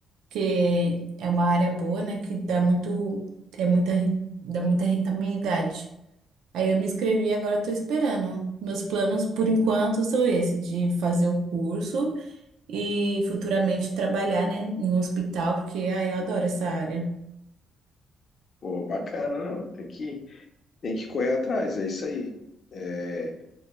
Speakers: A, on the right; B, on the left.
A: porque é uma área boa, né, que dá muito é muita ren- dá muita rentabilidade. Aí eu me inscrevi e agora tô esperando. Meus planos por enquanto são esse de fazer o curso e futuramente trabalhar, né, em um hospital, porque ah, eu adoro essa área.
B: Pô, bacana, não. Tem que, tem que correr atrás, é isso aí. É,